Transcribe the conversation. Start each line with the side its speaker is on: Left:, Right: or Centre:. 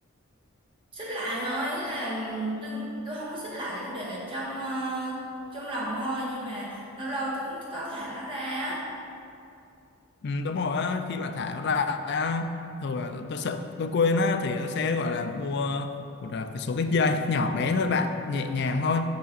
Right: xích lại thôi thế là tôi tôi không có xích lại tôi để ở trong ờ, trong lòng thôi nhưng mà lâu lâu tôi cũng có thả nó ra á
Left: ừ, đúng rồi á khi mà thả nó ra á, thường là tôi, tôi sợ tôi quên á thì tôi sẽ gọi là mua một à, cái số cái dây nhỏ bé thôi bạn nhẹ nhàng thôi